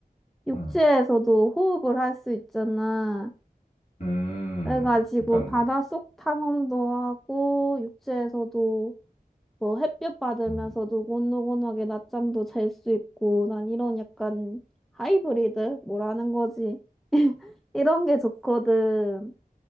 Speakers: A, in the centre; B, on the left.
A: 육지에서도
B: 음.
A: 호흡을 할 수 있잖아.
B: 음,
A: 그래가지고
B: 약간,
A: 바닷속 탐험도 하고 육지에서도 뭐 햇볕 받으면서
B: 음,
A: 노곤노곤하게 낮잠도 잘 수 있고 난 이런 약간 하이브리드 뭐라는 거지? 이런 게 좋거든.